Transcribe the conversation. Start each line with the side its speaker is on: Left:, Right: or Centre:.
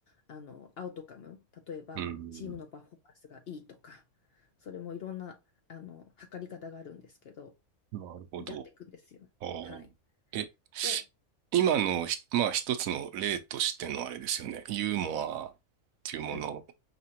Left: あの、アウトカム、例えばチームのパフォーマンスがいいとか、
Right: うん、
Left: それもいろんな、あの、測り方があるんですけど、
Right: なるほど。
Left: やっていくんですよ。
Right: ああ。
Left: はい。
Right: え、
Left: で、
Right: 今のひ、まあ、一つの例としてのあれですよね。ユーモアっていうものを、
Left: はい、